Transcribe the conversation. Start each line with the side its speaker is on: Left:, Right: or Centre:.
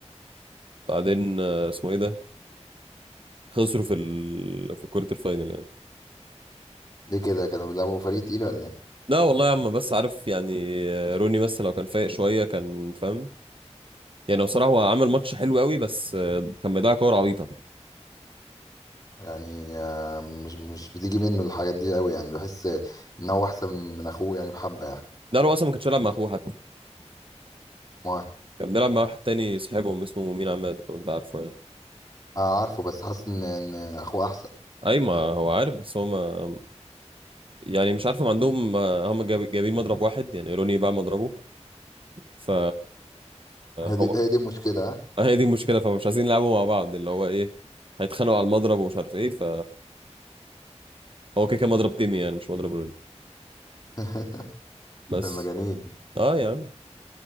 Right: بعدين آه، اسمه ايه ده خسروا في ال... في الكورتر فاينل يعني
Left: ليه كده كانوا بيلعبوا فريق تقيل ولا ايه
Right: لا والله يا عم بس عارف يعني آه، روني بس لو كان فايق شويه كان فاهم يعني بصراحة هو عمل ماتش حلو قوي بس آه، كان بيضيع كور عبيطة
Left: يعني آه، مش مش بتيجي منه الحاجات دي قوي يعني بحس ان هو احسن من اخوه يعني بحبه يعني
Right: ده هو أصلا ما كانش بيلعب مع أخوه حتى
Left: ما
Right: كان بيلعب مع واحد تاني صاحبهم اسمه مين عماد لو أنت عارفه يعني
Left: آه عارفه بس حاسس ان إن اخوه احسن
Right: أي ما هو عارف بس هو ما يعني مش عارف ما عندهم آه، هم جايب- جايبين مضرب واحد يعني روني باع مضربه ف
Left: هي
Right: هم
Left: دي هي دي المشكله ها
Right: <laughs> هي دي المشكلة فمش عايزين يلعبوا مع بعض اللي هو إيه هيتخانقوا على المضرب ومش عارف إيه ف هو كده كده مضرب تيمي يعني مش مضرب روني
Left: <laughs>
Right: بس
Left: المجانين
Right: أه يا عم